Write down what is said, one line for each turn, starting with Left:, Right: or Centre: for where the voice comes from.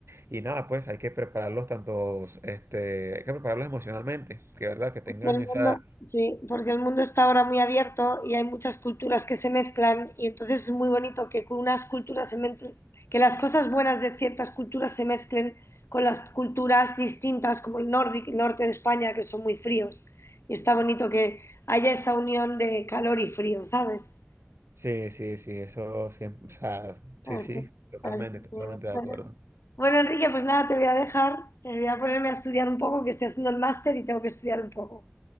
Right: y nada, pues hay que prepararlos tantos, este, hay que prepararlos emocionalmente, que verdad, que tengan
Left: Pero el
Right: esa...
Left: mundo, sí, porque el mundo está ahora muy abierto y hay muchas culturas que se mezclan y entonces es muy bonito que con unas culturas se mezcl- que las cosas buenas de ciertas culturas se mezclen con las culturas distintas como el nordi- norte de España que son muy fríos y está bonito que haya esa unión de calor y frío, ¿sabes?
Right: Sí, sí, sí, eso siempre, o sea, sí,
Left: Así-
Right: sí, totalmente,
Left: así
Right: totalmente
Left: que,
Right: de
Left: bueno.
Right: acuerdo.
Left: Bueno, Enrique, pues nada, te voy a dejar, eh, voy a ponerme a estudiar un poco, que estoy haciendo el máster y tengo que estudiar un poco.